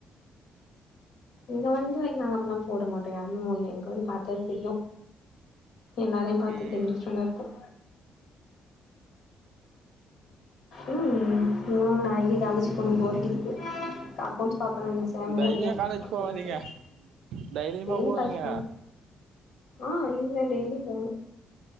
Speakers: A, on the left (about 80°); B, on the right (about 80°).
A: இங்க வந்து லைக் நாங்க அப்டில்லா போடமாட்டோ யாருமே மொதில எங்கள் பாத்தா தெரியு எல்லாரயு பாத்து
B: ம்
A: தெரிஞ்சுட்சுனு இர்ப்ப ம் இன்னு நாளைக்கு காலேஜ்க்கு போனு போர் அடிக்குது அக்கவுன்ஸ் பாக் கனுன் நெனச்ச மூட்
B: டெய்லியு
A: இல்ல அக்கோன்ஸ்
B: காலேஜ்
A: பாக்குறதுக்கு
B: போவாதீங்க தைரியமா
A: டெய்லி
B: போவீங்க
A: காலேஜ் போன் ஆஹ் இங்க டெய்லி போணு